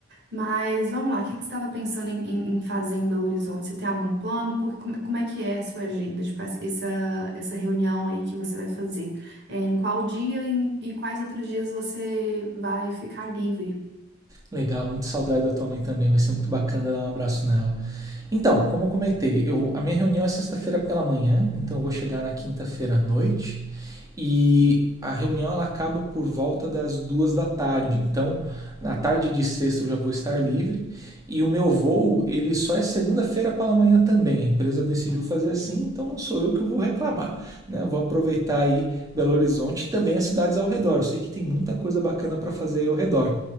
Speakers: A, on the right; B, on the right.
A: Mas vamos lá, o que que você estava pensando em, em- em fazer em Belo Horizonte? Você tem algum plano? Porque, como, como é que é a sua agenda? Tipo, essa, essa essa reunião aí que você vai fazer? É, em qual dia e, em- e quais outros dias você vai ficar livre?
B: Legal, muito saudade da tua mãe também, vai ser muito bacana dar um abraço nela. Então, como eu comentei, eu, a minha reunião é sexta-feira pela manhã, então eu vou chegar na quinta-feira à noite. E a reunião ela acaba por volta das duas da tarde. Então, na tarde de sexta eu já vou estar livre. E o meu voo, ele só é segunda-feira pela manhã também. A empresa decidiu fazer assim, então não sou eu que vou reclamar. Né? Eu vou aproveitar aí Belo Horizonte e também as cidades ao redor. Eu sei que tem muita coisa bacana para fazer aí ao redor.